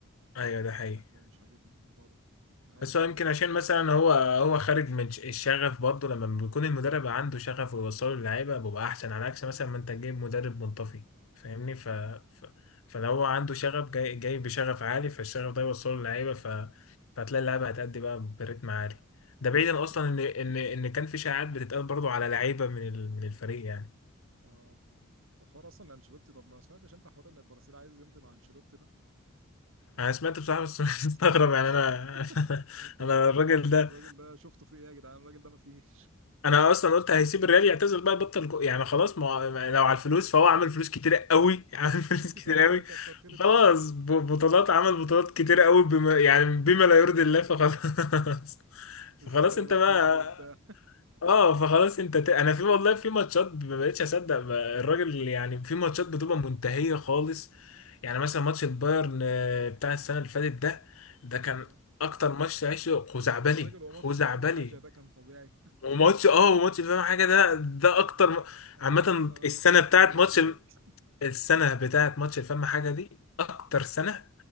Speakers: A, on the left; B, on the right.
A: ايوه ده حقيقي
B: يقول لك لا مش عاجبني الموضوع ده انا عايز
A: بس
B: دوري
A: هو يمكن
B: الابطال
A: عشان مثلا هو هو خارج من ش- الشغف برضه لما بيكون المدرب عنده شغف ويوصله للعيبه بيبقى احسن على عكس مثلا ما انت جايب مدرب منطفي فاهمني
B: ده
A: ف...
B: حقيقة
A: ف... فلو هو عنده شغف جاي جاي بشغف عالي فالشغف ده يوصله للعيبه ف... فهتلاقي اللعيبه هتأدي بقى برتم عالي
B: بس-
A: ده بعيدا اصلا ان ان ان كان في شائعات بتتقال برضه على لعيبه من ال... من الفريق يعني
B: اه وحوار اصلا انشيلوتي طب ما سمعتش انت حوار ان البرازيل عايز يمضي مع انشيلوتي ده
A: انا سمعت بصراحه بس <laughs> مستغرب
B: استغربت
A: يعني انا
B: <laughs>
A: <laughs>
B: انا استغربت
A: انا
B: موت
A: الراجل
B: برضه
A: ده
B: الراجل ده شفته في ايه يا جدعان الراجل ده ما فيش <laughs>
A: انا اصلا قلت هيسيب الريال يعتزل بقى يبطل كو- يعني خلاص ما هو- ما- لو على الفلوس فهو عمل فلوس كتير قوي <laughs> عمل
B: اه خلاص
A: فلوس
B: كفايه
A: كتير قوي
B: بقى كتر خير الدنيا
A: خلاص
B: <laughs>
A: ب- بطولات عمل بطولات كتير قوي بما يعني بما لا يرضي الله فخلاص <laughs>
B: الساحل
A: فخلاص انت
B: الافريقي
A: بقى
B: وبتاع
A: اه فخلاص انت ت... انا في والله في ماتشات ما بقتش اصدق بقى الراجل
B: <laughs>
A: يعني في ماتشات بتبقى منتهية خالص يعني مثلا ماتش البايرن آه، بتاع السنة اللي فاتت ده ده كان
B: اه
A: اكتر ماتش عشته خزعبلي
B: يا راجل هو
A: خزعبلي
B: ماتش الفم حاجه ده كان طبيعي
A: وماتش اه وماتش فاهم حاجه ده ده اكتر م-
B: انا
A: عامه
B: احنا انا
A: السنه
B: كنت برقع
A: بتاعت
B: بالصوت
A: ماتش ال-
B: <laughs>
A: السنه بتاعت ماتش فاهم حاجه دي اكتر سنه